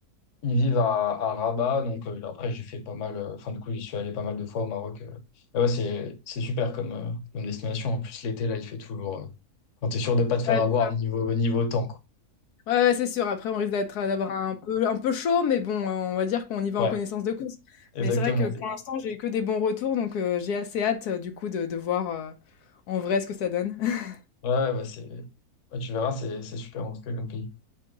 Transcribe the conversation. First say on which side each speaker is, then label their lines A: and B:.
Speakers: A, on the left; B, on the left.
A: ils vivent à, à Rabat. Donc, euh, après, j'ai fait pas mal. euh, Enfin, du coup, j'y suis allé pas mal de fois au Maroc. euh. Mais ouais, c'est, c'est super comme, euh, comme destination. En plus, l'été, là, il fait toujours. euh, quand t'es sûr de pas te faire
B: Ouais,
A: avoir
B: c'est ça.
A: niveau, niveau temps, quoi.
B: Ouais, ouais, c'est sûr. Après, on risque d'être euh, d'avoir un peu un peu chaud, mais bon, euh, on va dire qu'on y va
A: Ouais,
B: en connaissance de cause.
A: exactement.
B: Mais c'est vrai que pour l'instant, j'ai eu que des bons retours, donc euh, j'ai assez hâte euh, du coup de, de voir euh, en vrai ce que ça donne. <laughs>
A: Ouais, ouais, bah, c'est, ouais, tu verras, c'est, c'est super en tout cas comme pays.